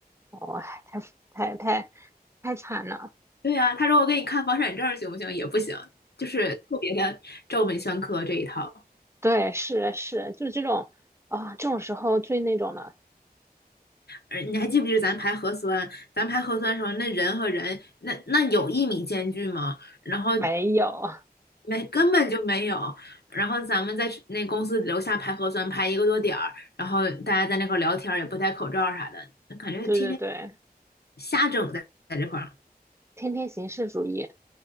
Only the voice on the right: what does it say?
哦哇、太太太太惨了。
对，是是，就这种啊、这种时候最那种的
没有。
对对对，
天天形式主义。